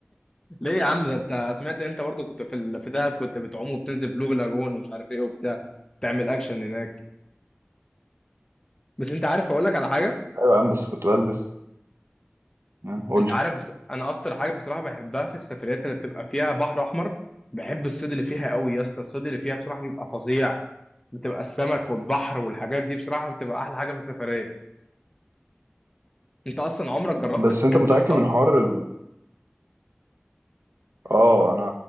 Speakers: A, on the left; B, on the right.
A: ليه يا عم ده انت سمعت ان انت برضو كنت في ال... في دهب كنت بتعوم وبتنزل بلو لاجون ومش عارف ايه وبتاع تعمل اكشن هناك بس انت عارف اقول لك على حاجه
B: ايوه يا عم بس كنت بلبس يعني قول
A: انت
B: لي
A: عارف بس انا اكتر حاجه بصراحه بحبها في السفريات اللي بتبقى فيها بحر احمر بحب الصيد اللي فيها قوي يا اسطى الصيد اللي فيها بصراحه بيبقى فظيع بتبقى السمك والبحر والحاجات دي بصراحه بتبقى احلى حاجه في السفريه انت اصلا عمرك جربت
B: بس
A: سافرت
B: انت متاكد
A: اصطاد
B: من حوار ال... اه انا